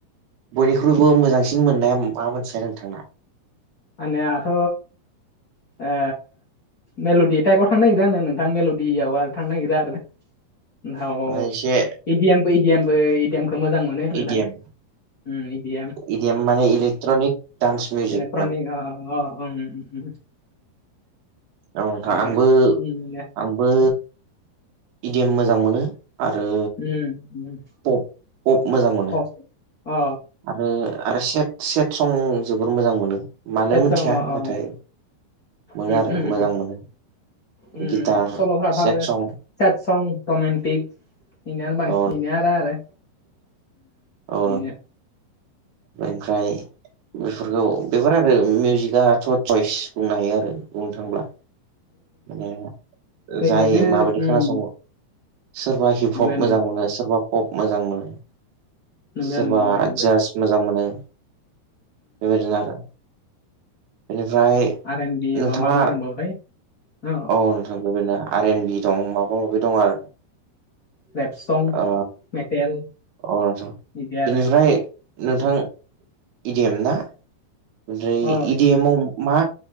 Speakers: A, on the right; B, on the left.
A: बयनिख्रुइबो मोजांसिन मोननाया मा मोनथिया नोंथांना
B: आनियाथ' आ मेल'दि टाइपआव थांनो नागिरा नोंथां मेल'डियाव आरो थांनो नागिरा आरो औ
A: माने एसे
B: इडिएमबो इडिएमबो इडिएमखौ मोजां मोनो। नोंथां
A: इडि M
B: um idiom
A: E D M माने इलेक्ट्रनिक दान्स मिउजक
B: ट्रनिक ओ ओ ओं
A: औ था
B: आरो
A: आंबो
B: उम दे
A: आंबो इदिएम मोजां मोनो आरो
B: उम
A: पप पप मोजां मोनो
B: अके अ
A: आरो आरो सेट सं जोबोर मोजां मोनो। मानो
B: सेतसं
A: मोनथिया
B: अ अ
A: नाथाय मोनो
B: उम
A: आरो
B: उम
A: मोजां
B: उम
A: मोनो।
B: उम
A: गिटार
B: सल ह द
A: सेट
B: आरो
A: सं
B: सट सं रमन्टिक बेनिानो बांसिन
A: औ
B: बेनो आरो आरो
A: औ
B: बेनो
A: बेनिफ्राय बेफोरखौ बेफोर आरो मिउजिकआथ' चयस बुंनो हायो आरो बुंनो थांब्ला माने
B: बेजोंबो
A: जाय माबायदि खोनासङो सोरबा हिप हप
B: नंगौ
A: मोजां मोनो सोरबा पप मोजां मोनो।
B: नंगौ
A: सोरबा
B: नंगौ नंगौ
A: जास्ट मोजां मोनो। बेबायदिनो आरो बेनिफ्राय
B: आर एन बि
A: नोंथाङा
B: मा मा मा दंबावथाय अ
A: औ नोंथां बेना आर एन बि दं माबा माबि दं आरो
B: रेप सं
A: अ
B: मेटेल
A: आचसा
B: बिदि आरो
A: बेनिफ्राय नोंथां इडिएम ना ओमफ्राय
B: ओइ
A: इडिएमाव मा